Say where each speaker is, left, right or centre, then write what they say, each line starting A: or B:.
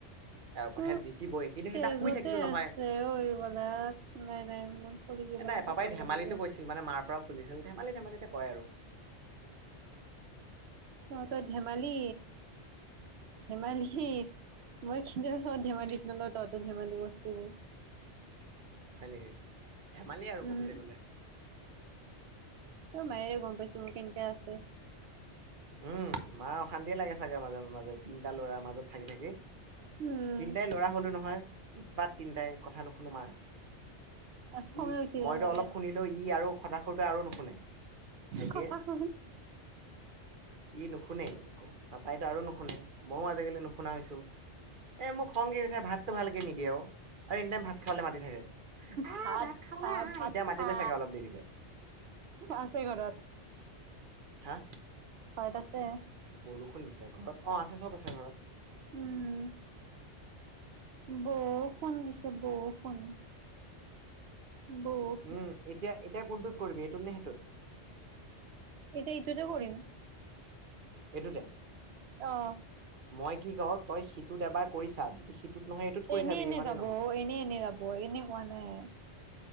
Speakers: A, on the right; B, on the right.
A: ইয়াৰ ওপৰত
B: ত
A: হে জিতিবই কিন্তু সেইদিনা
B: তেজতে
A: শুই থাকিলো নহয়
B: আছে উৰিবলাত নাই নাই মোৰ। খলগিবলে
A: এ নাই পাপাই
B: সেই কৰিব
A: ধেমালিটো
B: নিদওঁ।
A: কৈছিল মানে মাৰ পৰা খুজিছিল ধেমালি ধেমালিতে কয় আৰু।
B: তহঁতৰ ধেমালি। ধেমালি মই কিনি আছো ধেমালিত নলওঁ তহতত ধেমালি বস্তুোৰ।
A: হয় নেকি ধেমালি আৰু
B: উম
A: কবলৈ গলে।
B: তই মায়েৰে গম পাইছো মোৰ কেনেকে আছে।
A: উম মা অশান্তি লাগে চাগে মাজে মাজে তিনিটা লৰাৰ মাজত থাকি থাকি।
B: উম।
A: তিনিটাই ল'ৰা হ'লো নহয় উৎপাত তিনিটাই কথা নুশুনো মাৰ।
B: খঙে
A: ই
B: উঠিলে
A: মইতো
B: চাগে
A: অলপ শুনিলেও ই আৰু খথাশুৰ পৰা আৰু নুশুনে। ভাইটিয়ে
B: ককা শুন।
A: ই নুশুনে একো পাপাইতো আৰু নুশুনে মইো আজিকালি নুশুনা হৈছো। এ মোৰ খং কি কঠা ভাতটো ভালকে নিদিয়ে অ আৰু এনি টাইম ভাত খাবে মাতি থাকে। আহ
B: ভাত
A: খাবলৈ
B: খা
A: আহ
B: ভাত
A: এতিয়া মাতিবই
B: খা
A: চাগে অলপ দেৰিকে
B: আছে ঘৰত।
A: হা?
B: হয়ত আছে।
A: বৰষুণ দিছে ঘৰত অ আছে চব আছে ঘৰত।
B: উম। বৰষুণ দিছে বৰষুণ। বহ।
A: উম এতিয়া এতিয়া কোনটোত কৰিবি এইটোত নে সেইটোত?
B: এতিয়া ইটোতে কৰিম।
A: এইটো এ।
B: অঁ।
A: মই কি কওঁ, তই সিটোত এবাৰ কৰিছা যদি। সিটোত নহয় এইটোত কৰি
B: এনে
A: চাবি
B: এনে
A: হয়
B: যাব
A: নে নহয়?
B: অ, এনে এনে যাব এনে কোৱা নাই।